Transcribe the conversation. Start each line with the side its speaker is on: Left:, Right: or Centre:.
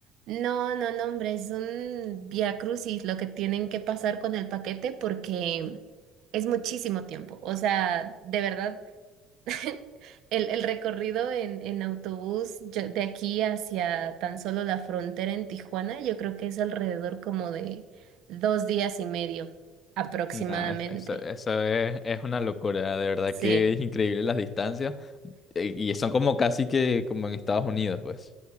Right: no, no, no, hombre, es un vía crucis lo que tienen que pasar con el paquete porque es muchísimo tiempo. O sea, de verdad <laughs> El, el recorrido en, en autobús yo- de aquí hacia tan solo la frontera en Tijuana, yo creo que es alrededor como de dos días y medio aproximadamente.
Left: Nada, eso, eso es, es una locura, de verdad
Right: Sí.
Left: que es increíble las distancias. eh, Y son como casi que como en Estados Unidos, pues.